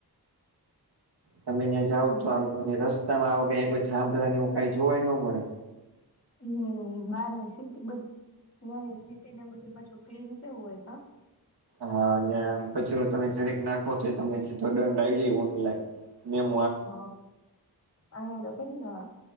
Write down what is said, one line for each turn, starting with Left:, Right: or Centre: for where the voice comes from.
Right: તમે ત્યાં જાવ
Left: હમ્મ
Right: તો આમ તમને રસ્તામાં આવો ક કોઈ થાંભલા ને એવું કઈ જોવાય ન મલે
Left: હમ બારની સીટી બ નાની સીટી ને બધી પાછું ક્લીન કેવું હોય તા
Right: હા અને કચરો તમે જરીક નાખો તો તમને સીધો દંડ આવી જાય ઓનલાઈન મેં
Left: હ અહી તો કે ના